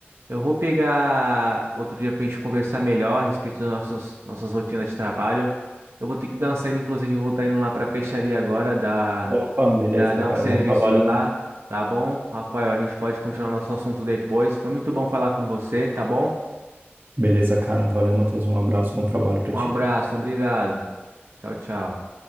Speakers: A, on the right; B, on the right.
A: Eu vou pegar outro dia pra gente conversar melhor a respeito das nossas, nossas rotinas de trabalho. Eu vou ter que dar uma saída, inclusive, eu vou estar indo lá pra peixaria agora, dar,
B: Opa, beleza,
A: dar, dar
B: cara.
A: um serviço
B: Bom trabalho lá.
A: lá, tá bom? Rafael, a gente pode continuar nosso assunto depois. Foi muito bom falar com você, tá bom?
B: Beleza, cara. Valeu, Matheus. Um abraço. Bom trabalho pra
A: Um
B: ti,
A: abraço,
B: cara.
A: obrigado. Tchau, tchau.